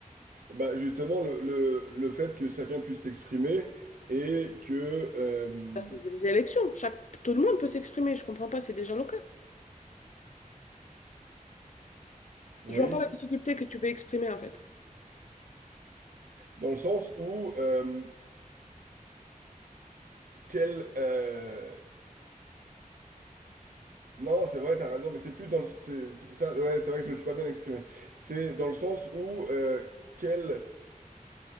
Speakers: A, on the right; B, on the left.
A: Bah, justement, le, le, le fait que chacun puisse s'exprimer et que... euh, vous
B: Bah, c'est des élections. Chaque... Tout le monde peut s'exprimer. Je comprends pas, c'est déjà le cas.
A: voyez?
B: Je vois pas la difficulté que tu veux exprimer en fait.
A: Dans le sens où... euh, quel... euh, Non, c'est vrai, t'as raison, mais c'est plus dans le... C'est, c'est- ça, ouais, c'est vrai que je me suis pas bien exprimé. C'est dans le sens où... euh, quel...